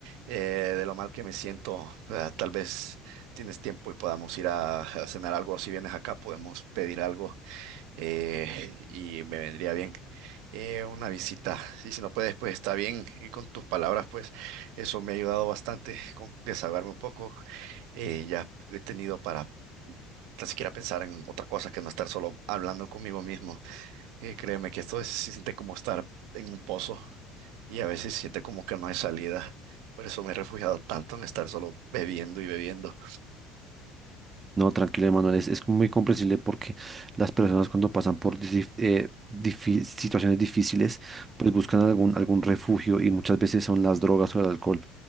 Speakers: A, on the right; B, on the right.
A: eh, de lo mal que me siento. Ah, tal vez tienes tiempo y podamos ir a, a cenar algo. Si vienes acá, podemos pedir algo eh, y me vendría bien eh, una visita. Y si no puedes, pues está bien. Y con tus palabras, pues eso me ha ayudado bastante con desahogarme un poco. Eh, ya he tenido para tan siquiera pensar en otra cosa que no estar solo hablando conmigo mismo. Eh, créeme que esto es- se siente como estar en un pozo y a veces se siente como que no hay salida. Por eso me he refugiado tanto en estar solo bebiendo y bebiendo.
B: No, tranquilo, Manuel es, es muy comprensible porque las personas cuando pasan por dif- eh, difí- situaciones difíciles, pues buscan algún, algún refugio y muchas veces son las drogas o el alcohol.